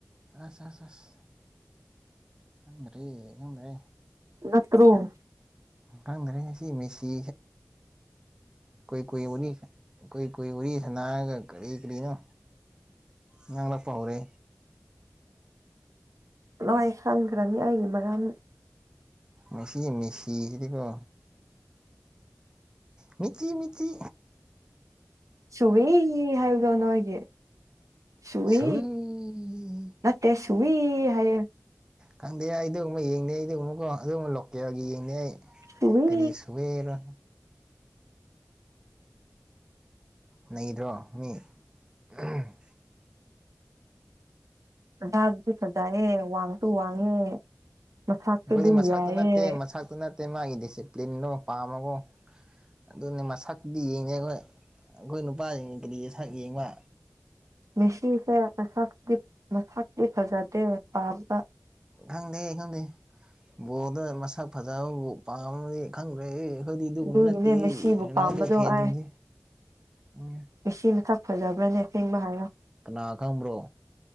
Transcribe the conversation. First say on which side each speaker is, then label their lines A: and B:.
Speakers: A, on the right; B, on the right.
A: ꯑꯁ ꯑꯁ ꯑꯁ ꯈꯪꯗ꯭ꯔꯦ ꯈꯪꯗ꯭ꯔꯦ
B: ꯅꯠꯇ꯭ꯔꯣ ꯎꯝ
A: ꯈꯪꯗ꯭ꯔꯦ ꯃꯁꯤ ꯃꯤꯁꯤ ꯀꯨꯏ ꯀꯨꯏ ꯎꯅꯤ ꯀꯨꯏ ꯀꯨꯏ ꯋꯥꯔꯤ ꯁꯅꯥꯔꯒ ꯀꯔꯤ ꯀꯔꯤꯅꯣ ꯉꯥ ꯂꯛꯄ ꯍꯧꯔꯦ
B: ꯂꯣꯏ ꯈꯪꯈ꯭ꯔꯅꯤ ꯑꯩꯒꯤ ꯃꯔꯝ
A: ꯃꯁꯤ ꯃꯦꯁꯤꯁꯤꯗꯤꯀꯣ ꯃꯤꯆꯤ ꯃꯤꯆꯤ
B: ꯆꯨꯋꯤ ꯍꯥꯏꯕꯗꯣ ꯅꯣꯢꯒꯤ ꯁꯨꯋꯤ
A: ꯁꯨꯏ
B: ꯅꯠꯇꯦ ꯁꯨꯋꯤ ꯍꯥꯏꯌꯦ
A: ꯈꯪꯗꯦ ꯑꯩ ꯑꯗꯨꯒꯨꯝꯕ ꯌꯦꯡꯗꯦ ꯑꯗꯨꯒꯨꯝꯕꯀꯣ ꯑꯗꯨꯒꯨꯝꯕ ꯂꯣꯀꯦꯜꯒꯤ ꯌꯦꯡꯗꯦ ꯑꯩ
B: ꯁꯨꯋꯤ
A: ꯀꯔꯤ ꯁꯋꯦꯔ ꯅꯩꯗ꯭ꯔꯣ ꯃꯤ ꯑꯝ
B: ꯃꯁꯥꯗꯨꯗꯤ ꯐꯖꯩꯌꯦ ꯋꯥꯡꯁꯨ ꯋꯥꯡꯉꯦ ꯃꯁꯛꯁꯨ
A: ꯑꯩꯈꯣꯏꯗꯤ
B: ꯑꯗꯨꯝ
A: ꯃꯁꯛꯇ
B: ꯌꯥꯏꯌꯦ
A: ꯅꯠꯇꯦ ꯃꯁꯛꯇ ꯅꯠ ꯇꯦ ꯃꯥꯒꯤ ꯗꯤꯁꯤꯄ꯭ꯂꯤꯟꯗꯣ ꯄꯥꯝꯕꯀꯣ ꯑꯗꯨꯅꯦ ꯃꯁꯛꯇꯤ ꯌꯦꯡꯗꯦ ꯈꯣꯏ ꯑꯩꯈꯣꯏ ꯅꯨꯄꯥꯁꯤꯡ ꯀꯔꯤꯒꯤ ꯁꯛ ꯌꯦꯡꯕ
B: ꯃꯦꯁꯤꯁꯦ ꯃꯁꯛꯇꯤ ꯃꯁꯥꯛꯇꯤ ꯐꯖꯗꯦ ꯄꯥꯝꯕ
A: ꯈꯪꯗꯦ ꯈꯪꯗꯦ ꯕꯣꯜꯗ ꯃꯁꯛ ꯐꯖꯕꯕꯨ ꯄꯥꯝꯃꯗꯤ ꯈꯪꯗ꯭ꯔꯦꯍꯦ ꯈꯣꯏꯗꯤ ꯑꯗꯨꯒꯨꯝꯕ
B: ꯑꯗꯨꯒꯤꯅꯦ
A: ꯅꯠꯇꯦ
B: ꯃꯦꯁꯤꯕꯨ
A: ꯔꯣꯅꯥꯜꯗꯣ
B: ꯄꯥꯝꯕꯗꯣ
A: ꯐꯦꯟꯖꯤꯡꯖꯦ
B: ꯑꯩ
A: ꯎꯝ
B: ꯃꯦꯁꯤ ꯃꯁꯛ ꯐꯖꯕ꯭ꯔꯅꯦ ꯑꯁꯦꯡꯕ ꯍꯥꯏꯌꯣ
A: ꯀꯥꯅꯥ ꯈꯪꯕ꯭ꯔꯣ